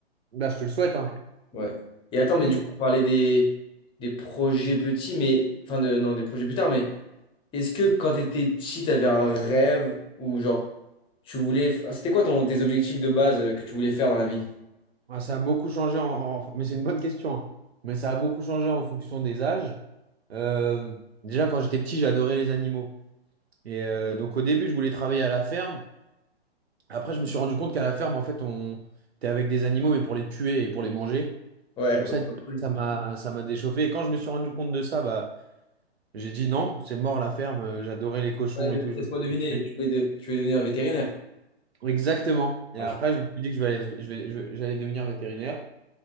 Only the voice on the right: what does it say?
Bah, je te le souhaite, hein.
Hmm.
Ah, ça a beaucoup changé en... en- Mais c'est une bonne question. hein. Mais ça a beaucoup changé en fonction des âges. Euh, déjà, quand j'étais petit, j'adorais les animaux. Et euh, donc au début, je voulais travailler à la ferme. Après, je me suis rendu compte qu'à la ferme, en fait, on t'es avec des animaux, mais pour les tuer et pour les manger.
Donc
ça,
ça m'a, ça m'a déchauffé. Et quand je me suis rendu compte de ça, bah, j'ai dit non, c'est mort la ferme. Euh, J'adorais les cochons
et tout, je
voulais pas
les tuer.
Exactement. Et
après,
je me suis dit que je vais aller- je vais- je vais- j'allais devenir vétérinaire.